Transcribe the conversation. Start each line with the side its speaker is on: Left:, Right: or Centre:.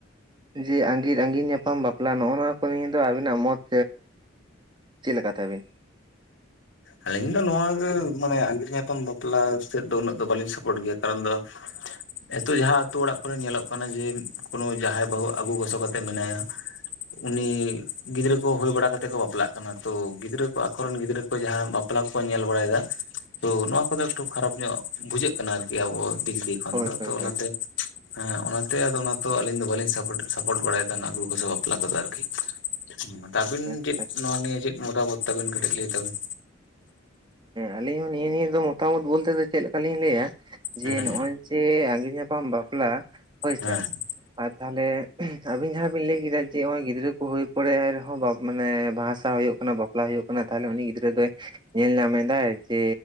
Right: ᱡᱮ ᱟᱸᱜᱤᱨ ᱟᱸᱜᱤᱨ ᱧᱟᱯᱟᱢ ᱵᱟᱯᱞᱟ ᱱᱚᱜᱼᱚ ᱱᱚᱣᱟ ᱠᱚ ᱱᱤᱭᱟᱹ ᱫᱚ ᱟᱵᱤᱱᱟᱜ ᱢᱚᱛ ᱪᱮᱫ ᱞᱮᱠᱟ ᱛᱟᱹᱵᱤᱱ?
Left: ᱟᱹᱞᱤᱧ ᱫᱚ ᱱᱚᱣᱟ ᱜᱮ ᱢᱟᱱᱮ ᱟᱸᱜᱤᱨᱨ ᱧᱟᱯᱟᱢ ᱵᱟᱯᱞᱟ ᱥᱮᱫ ᱫᱚ ᱩᱱᱟᱹᱜ ᱫᱚ ᱵᱟᱹᱞᱤᱧ ᱥᱟᱯᱳᱴ ᱜᱮᱭᱟ᱾ ᱠᱟᱨᱚᱱ ᱫᱚ
Right: <inaudible>
Left: ᱱᱤᱛᱳᱜ ᱡᱟᱦᱟᱸ ᱟᱹᱛᱩ ᱚᱲᱟᱜ ᱠᱚᱨᱮ ᱧᱮᱞᱚᱜ ᱠᱟᱱᱟ ᱡᱮ ᱠᱳᱱᱳ ᱡᱟᱦᱟᱸᱟᱭ ᱵᱟᱹᱦᱩ ᱟᱹᱜᱩ ᱜᱚᱥᱚ ᱠᱟᱛᱮᱫ ᱢᱮᱱᱟᱭᱟ, ᱩᱱᱤ ᱜᱤᱫᱽᱨᱟᱹ ᱠᱚ ᱦᱩᱭ ᱵᱟᱲᱟ ᱠᱟᱛᱮᱫ ᱠᱚ ᱵᱟᱯᱞᱟᱜ ᱠᱟᱱᱟ, ᱛᱚ ᱜᱤᱫᱽᱨᱟᱹ ᱠᱚ ᱟᱠᱚᱨ ᱨᱮᱱ ᱜᱤᱫᱽᱨᱟᱹ ᱠᱚ ᱡᱟᱦᱟᱸ ᱵᱟᱯᱞᱟ ᱠᱚᱠᱚ ᱧᱮᱞ ᱵᱟᱲᱟᱭᱮᱫᱟ, ᱛᱚ ᱱᱚᱣᱟ ᱠᱚᱫᱚ ᱮᱠᱴᱩ ᱠᱷᱟᱨᱟᱯ ᱧᱚᱜ ᱵᱩᱡᱷᱟᱹᱜ ᱠᱟᱱᱟ ᱟᱨᱠᱤ ᱟᱵᱚ ᱫᱤᱠ ᱫᱤᱭᱮ ᱠᱷᱚᱱ
Right: ᱦᱳᱭ
Left: ᱫᱚ,
Right: ᱦᱳᱭ
Left: ᱛᱚ
Right: ᱦᱳᱭ
Left: ᱚᱱᱟᱛᱮ ᱦᱮᱸ ᱚᱱᱟᱛᱮ ᱟᱫᱚ ᱚᱱᱟᱫᱚ ᱟᱹᱞᱤᱧ ᱫᱚ ᱵᱟᱹᱞᱤᱧ ᱥᱟᱯᱚᱴ ᱵᱟᱲᱟᱭᱮᱫ ᱟᱹᱜᱩ ᱜᱚᱥᱚ ᱵᱟᱯᱞᱟ ᱠᱚᱫᱚ ᱟᱨᱠᱤ᱾ ᱦᱮ ᱟᱹᱵᱤᱱ
Right: ᱟᱪᱪᱷᱟ
Left: ᱪᱮᱫ
Right: ᱟᱪᱪᱷᱟ
Left: ᱱᱚᱣᱟ ᱱᱤᱭᱟᱹ ᱪᱮᱫ ᱢᱚᱛᱟᱢᱚᱛ ᱛᱟᱵᱤᱱ ᱠᱟᱹᱴᱤᱡ ᱞᱟᱹᱭ ᱛᱟᱵᱤᱱ᱾
Right: ᱟᱞᱤᱧ ᱦᱚᱸ ᱱᱤᱭᱟᱹ ᱱᱤᱭᱟᱹ ᱫᱚ ᱢᱚᱛᱟᱢᱚᱛ ᱵᱚᱞᱛᱮ ᱫᱚ ᱪᱮᱫ ᱞᱮᱠᱟ ᱞᱤᱧ ᱞᱟᱹᱭᱟ ᱡᱮ
Left: ᱦᱩᱸ
Right: ᱱᱚᱜᱼᱚᱭ ᱡᱮ ᱟᱸᱜᱤᱨ ᱧᱟᱯᱟᱢ ᱵᱟᱯᱞᱟ ᱦᱳᱭᱥᱮ᱾
Left: ᱦᱮᱸ
Right: ᱟᱨ ᱛᱟᱦᱚᱞᱮ ᱟᱵᱤᱱ ᱡᱟᱦᱟᱸ ᱵᱤᱱ ᱞᱟᱹᱭ ᱠᱮᱫᱟ ᱡᱮ ᱱᱚᱜ ᱚᱚᱭ ᱜᱤᱫᱽᱨᱟᱹ ᱠᱚ ᱦᱩᱭ ᱯᱚᱨᱮ ᱵᱟ ᱢᱟᱱᱮ ᱵᱟᱦᱟᱥᱟᱣᱦᱟ ᱦᱩᱭᱩᱜ ᱠᱟᱱᱟ, ᱵᱟᱯᱞᱟ ᱦᱩᱭᱩᱜ ᱠᱟᱱᱟ ᱛᱟᱦᱚᱞᱮ ᱩᱱᱤ ᱜᱤᱫᱽᱨᱟᱹ ᱫᱚᱭ ᱧᱮᱞ ᱧᱟᱢ ᱮ ᱫᱟᱭ ᱡᱮ